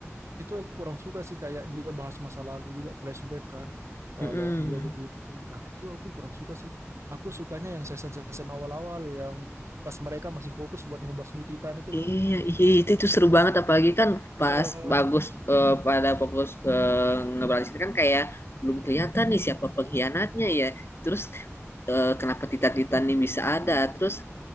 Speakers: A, on the right; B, on the left.
A: itu aku kurang suka sih kayak dia bahas masa lalu juga flashback kan. Kalau
B: Mm-mm.
A: dia begini, nah itu aku kurang suka sih. Aku sukanya yang season-season awal-awal yang pas mereka masih fokus buat ngebasmi Titan itu
B: Iya,
A: loh.
B: iya itu itu seru banget apalagi kan
A: Iya,
B: pas bagus eh, pada fokus eh, ngeberantas kan kayak belum kelihatan nih siapa pengkhianatnya ya. Terus eh, kenapa Titan-Titan ini bisa ada? Terus